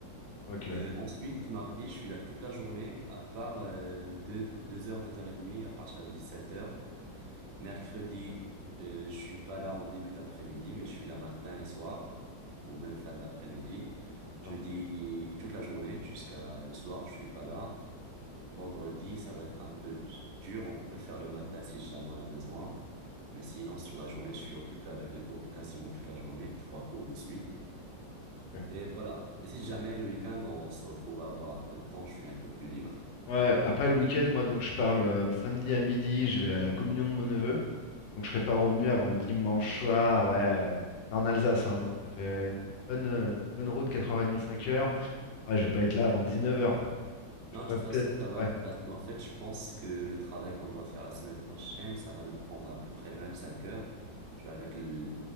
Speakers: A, on the left; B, on the right.
A: Ok,
B: Euh, ensuite, mardi, je suis là toute la journée, à part euh, deux deux heures deux heures et demie à partir de dix-sept heures Mercredi, euh, je suis pas là en début d'après-midi, mais je suis là matin et soir, ou même fin d'après-midi.
A: d'accord.
B: Jeudi, toute la journée, jusqu'à le soir, je suis pas là. Vendredi, ça va être un peu d- dur. On peut faire le matin si jamais on a besoin. Mais sinon, sur la journée, je suis occupé avec les cours quasiment toute la journée, trois cours de suite.
A: ok.
B: Et voilà. Et si jamais le week-end, on se retrouve à avoir un peu de temps, je suis un peu plus libre.
A: Ouais, après le week-end, moi donc je parle euh, samedi à midi, je vais à la communion de mon neveu. Donc je serai pas revenu avant le dimanche soir. Ouais, euh, c'est en Alsace, hein, donc ça fait une bonne, euh, une bonne route, 4h30, cinq heures. Ouais, je vais pas être là avant dix-neuf heures. Je
B: Non,
A: pourrais
B: de toute
A: Ouais.
B: façon,
A: peut-être.
B: ça va.
A: Ouais,
B: Parce qu'en fait, je pense que le travail qu'on doit faire la semaine prochaine, ça va nous prendre à peu près 25 heures. Tu vois, avec le-